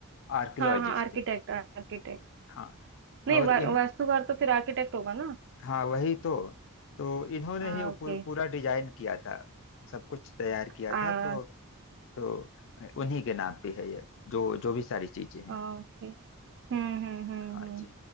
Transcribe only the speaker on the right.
हाँ हाँ आर्किटेक्ट आर्किटेक्ट
नहीं
वा,
वास्तुकार तो फिर आर्किटेक्ट होगा ना
हाँ
ओके
अच्छा
ओके हम्म हम्म हम्म
हम्म